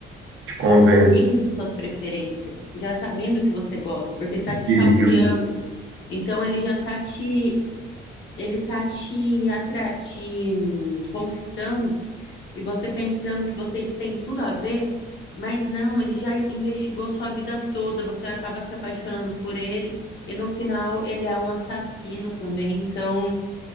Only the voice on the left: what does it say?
já sabendo suas preferências, já sabendo o que você gosta, porque ele tá te stalkeando.
Então ele já tá te ele tá te, atra te hum, conquistando e você pensando que vocês têm tudo a ver, mas não, ele já investigou sua vida toda, você acaba se apaixonando por ele e no final ele é um assassino também, então